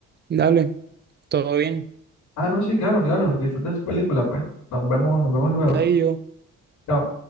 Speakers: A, on the right; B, on the left.
A: dale, todo bien.
B: ah, no, sí, claro, claro, disfruta tu película, pues. Nos vemos, nos vemos luego.
A: Ahí yo.
B: Chao.